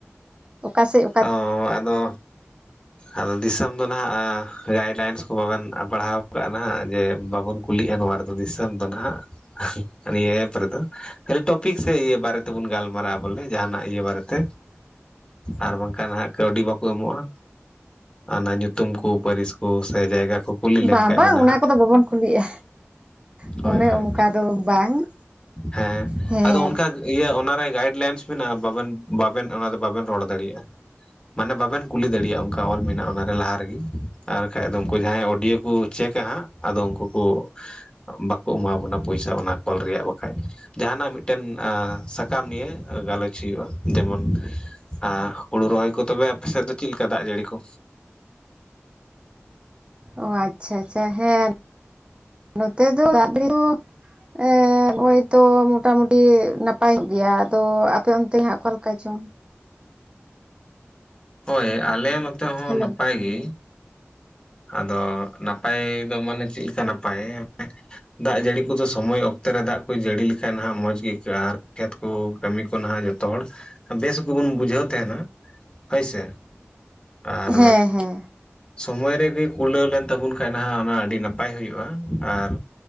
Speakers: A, on the right; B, on the left.
A: ᱚᱠᱟ ᱥᱮᱜ
B: ᱚᱻ ᱟᱫᱚ ᱟᱫᱚ ᱫᱤᱥᱚᱢ ᱫᱚ ᱱᱟᱦᱟᱜ ᱜᱟᱭᱤᱰ ᱞᱟᱭᱤᱱᱥ ᱠᱚ ᱵᱟᱵᱮᱱ ᱯᱟᱲᱦᱟᱣ ᱟᱠᱟᱜ ᱱᱟᱦᱟᱜ ᱡᱮ ᱵᱟᱵᱚᱱ ᱠᱩᱞᱤᱜ-ᱟ ᱱᱚᱣᱟ ᱨᱮᱫᱚ ᱫᱤᱥᱚᱢ ᱫᱚ ᱱᱟᱦᱟᱜ᱾ ᱱᱤᱭᱟᱹ ᱮᱯ ᱨᱮᱫᱚ ᱠᱷᱟᱹᱞᱤ ᱴᱚᱯᱤᱠ ᱥᱮ ᱤᱭᱟᱹ ᱵᱟᱨᱮ ᱛᱮᱵᱚᱱ ᱜᱟᱞᱢᱟᱨᱟᱜ-ᱟ ᱵᱚᱞᱮ ᱡᱟᱦᱟᱱᱟᱜ ᱤᱭᱟᱹ ᱵᱟᱨᱮᱛᱮ, ᱟᱨ ᱵᱟᱝ ᱠᱷᱟᱱ ᱦᱟᱸᱜ ᱠᱟᱹᱣᱰᱤ ᱵᱟᱠᱚ ᱮᱢᱚᱜ-ᱟ, ᱚᱱᱟ ᱧᱩᱛᱩᱢ ᱠᱩ ᱯᱟᱹᱨᱤᱥ ᱠᱩ ᱥᱮ ᱡᱟᱭᱜᱟ ᱠᱩ ᱠᱩᱞᱤ ᱞᱮᱱ
A: ᱵᱟᱝ
B: ᱠᱷᱟᱱ
A: ᱵᱟᱝ
B: ᱢᱟ ᱱᱟᱦᱟᱜ,
A: ᱚᱱᱟ ᱠᱚᱫᱚ ᱵᱟᱵᱚᱱ ᱠᱩᱞᱤᱜᱼᱟ ᱚᱱᱮ
B: ᱦᱳᱭ ᱦᱳᱭ
A: ᱚᱱᱠᱟ ᱫᱚ ᱵᱟᱝ
B: ᱦᱮᱸ
A: ᱦᱮᱸ
B: ᱟᱫᱚ ᱚᱝᱠᱟ ᱤᱭᱟᱹ ᱚᱱᱟᱨᱮ ᱜᱟᱭᱤᱰ ᱞᱟᱭᱤᱱᱥ ᱢᱮᱱᱟᱜ-ᱟ ᱵᱟᱵᱮᱱ ᱵᱟᱵᱮᱱ ᱚᱱᱟ ᱨᱮ ᱵᱟᱵᱮᱱ ᱨᱚᱲ ᱫᱟᱲᱮᱭᱟᱜ-ᱟ᱾ ᱢᱟᱱᱮ ᱵᱟᱵᱮᱱ ᱠᱩᱞᱤ ᱫᱟᱲᱮᱭᱟᱜ-ᱟ ᱚᱱᱠᱟ ᱚᱞ ᱢᱮᱱᱟᱜ-ᱟ ᱚᱱᱟᱨᱮ ᱞᱟᱦᱟ ᱨᱮᱜᱤ, ᱟᱨ ᱠᱷᱟᱡ ᱫᱚ ᱩᱱᱠᱩ ᱡᱟᱦᱟᱸᱭ ᱚᱰᱤᱭᱳ ᱠᱩ ᱪᱮᱠᱟ ᱦᱟᱸᱜ ᱟᱫᱚ ᱩᱱᱠᱩ ᱠᱩ ᱵᱟᱠᱚ ᱮᱢᱟ ᱵᱚᱱᱟ ᱯᱚᱭᱥᱟ ᱚᱱᱟ ᱠᱚᱞ ᱨᱮᱭᱟᱜ ᱵᱟᱠᱷᱟᱡ᱾ ᱡᱟᱦᱟᱱᱟᱜ ᱢᱤᱫᱴᱮᱱ ᱟᱸ ᱥᱟᱠᱟᱢ ᱱᱤᱭᱮ ᱜᱟᱞᱚᱪ ᱦᱩᱭᱩᱜ-ᱟ, ᱡᱮᱢᱚᱱ ᱟᱸ ᱦᱩᱲᱩ ᱨᱚᱦᱚᱭ ᱠᱩ ᱛᱚᱵᱮ ᱟᱯᱮ ᱥᱮᱫ ᱫᱚ ᱪᱮᱫ ᱞᱮᱠᱟ ᱫᱟᱜ ᱡᱟᱹᱲᱤ ᱠᱩ?
A: ᱚ ᱟᱪᱪᱷᱟ ᱟᱪᱪᱷᱟ ᱦᱮᱸ <unintelligible> ᱱᱚᱛᱮ ᱫᱚ ᱫᱟᱜ ᱡᱟᱹᱲᱤ ᱫᱚ ᱮ ᱱᱚᱜ-ᱚᱭ ᱛᱚ ᱢᱚᱴᱟ-ᱢᱩᱴᱤ ᱱᱟᱯᱟᱭᱚᱜ ᱜᱮᱭᱟ ᱟᱫᱚ ᱟᱯᱮ ᱚᱱᱛᱮ ᱦᱟᱸᱜ ᱚᱠᱟ ᱞᱮᱠᱟ ᱪᱚᱝ?
B: ᱦᱚᱭ ᱟᱞᱮ ᱱᱚᱛᱮ ᱦᱚᱸ
A: ᱦᱮᱞᱳ
B: ᱱᱟᱯᱟᱭ ᱜᱤ᱾ ᱟᱫᱚ ᱱᱟᱯᱟᱭ ᱫᱚ ᱢᱟᱱᱮ ᱪᱮᱫ ᱞᱮᱠᱟ ᱱᱟᱯᱟᱭ? ᱫᱟᱜ ᱡᱟᱹᱲᱤ ᱠᱚᱫᱚ ᱥᱚᱢᱚᱭ ᱚᱠᱛᱮ ᱨᱮ ᱫᱟᱜ ᱠᱚ ᱡᱟᱹᱲᱤ ᱞᱮᱠᱷᱟᱡ ᱱᱟᱦᱟᱜ ᱢᱚᱸᱡᱽ ᱜᱤ ᱤᱹᱠᱟᱹᱜ-ᱟ ᱟᱨ ᱠᱷᱮᱛ ᱠᱩ ᱠᱟᱹᱢᱤ ᱠᱚ ᱱᱟᱦᱟᱜ ᱡᱚᱛᱚ ᱦᱚᱲ ᱵᱮᱥ ᱜᱮᱵᱚᱱ ᱵᱩᱡᱷᱟᱹᱣ ᱛᱟᱦᱮᱱᱟ᱾ ᱦᱳᱭ ᱥᱮ ᱟᱨ
A: ᱦᱮᱸ ᱦᱮᱸ
B: ᱥᱚᱢᱚᱭ ᱨᱮ ᱜᱮ ᱠᱩᱞᱟᱹᱣ ᱞᱮᱱ ᱛᱟᱵᱚᱱ ᱠᱷᱟᱱ ᱱᱟᱦᱟᱜ ᱚᱱᱟ ᱟᱹᱰᱤ ᱱᱟᱯᱟᱭ ᱦᱩᱭᱩᱜ-ᱟ ᱟᱨ